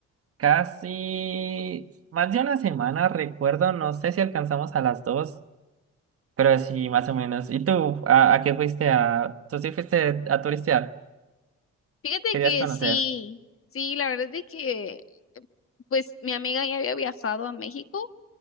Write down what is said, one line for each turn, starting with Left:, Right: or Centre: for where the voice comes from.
Right: casi más de una semana, recuerdo. No sé si alcanzamos a las dos, pero sí, más o menos. ¿Y tú? ¿A, a qué fuiste? A... ¿Tú sí fuiste a turistear?
Left: Fíjate
Right: Querías
Left: que
Right: conocer.
Left: sí, sí, la verdad es de que pues mi amiga ya había viajado a México